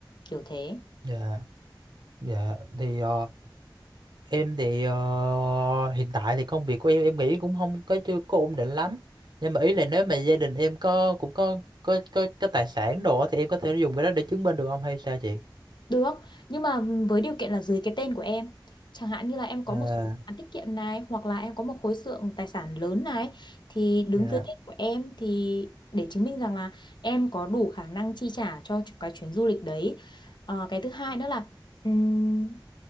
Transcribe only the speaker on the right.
dạ dạ thì ờ, Em thì ờ, hiện tại thì công việc của em em nghĩ cũng không có chưa có ổn định lắm. Nhưng mà ý là nếu mà gia đình em có cũng có có có, có tài sản đồ á thì em có thể dùng cái đó để chứng minh được không hay sao chị?
À,
dạ,